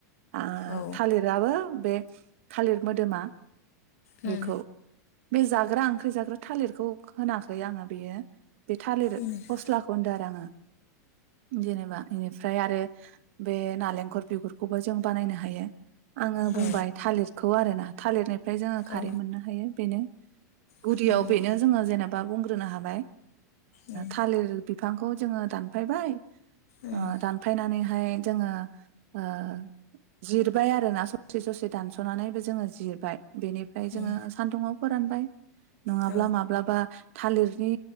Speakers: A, on the right; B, on the left.
A: आ
B: औ
A: थालिराबो बे थालिर मोदोमा
B: उम
A: बेखौ बे जाग्रा ओंख्रि जाग्रा थालिरखौ होनाखै आङो बेयो बे थालिर
B: उम
A: फस्लाखौ होनदों आरो आङो। जेनेबा बेनिफ्राय आरो बे नालेंखर बिगुरखौबो जों बानायनो हायो। आङो
B: उम
A: बुंबाय
B: औ
A: थालिर खौ आरो ना थालिरनि निफ्राय जोङो खारै
B: औ
A: मोननो हायो बेनो। गुदियाव
B: उम
A: बेनो जोङो जेनेबा बुंग्रोनो हाबाय
B: उम
A: थालिर बिफांखौ जोङो दानफायबाय
B: उम
A: ओ दानफायनानैहाय जोङो ओ जिरबाय आरोना ससे ससे दानसनानै जोङो जिरबाय बेनिफ्राय जोङो
B: उम
A: सान्दुङाव फोरानबाय। नङाब्ला
B: औ
A: माब्लाबा थालिरनि